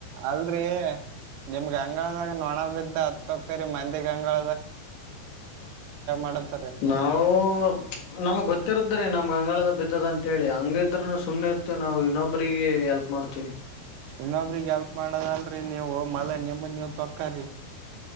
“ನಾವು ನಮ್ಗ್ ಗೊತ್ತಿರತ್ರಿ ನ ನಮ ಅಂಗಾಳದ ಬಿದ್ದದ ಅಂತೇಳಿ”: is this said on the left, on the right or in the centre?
Left